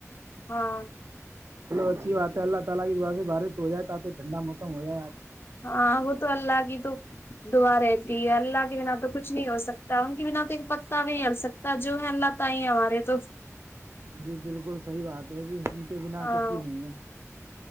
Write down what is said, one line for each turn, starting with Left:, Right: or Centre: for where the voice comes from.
Left: ہاں
Right: اچھی بات ہے اللہ تعالی کی دعا سے بارش ہو جائے تاکہ ٹھنڈا موسم ہو جائیں
Left: ہاں آ گ تو اللہ آگ تو دعا رہتی ہے اللہ کے بنا تو کچھ نہیں ہو سکتا ان کے بنا تو پ تا بھی ہل سکتا جو ہے اللہ تئی ہے ہمارے تو
Right: جی بالکل صحیح بات ہے جی ان کے بنا
Left: ہاں
Right: کچھ بھی نہیں ہے